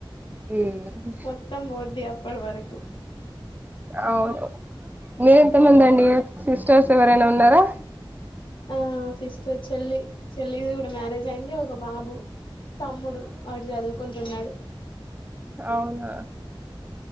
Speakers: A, on the right; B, on the left.
A: ఉమ్
B: మొత్తం పోద్ది అప్ పుడు వరకు
A: అవును, మీర ఎంతమంది అండి, సిస్టర్స్ ఎవరైనా ఉన్నారా?
B: ఆ సిస్టర్, చెల్లి చెల్లిది కూడా మ్యారేజ్ అయింది, ఒక బాబు తమ్ముడు వాడు చదువుకుంటున్నడు.
A: అవును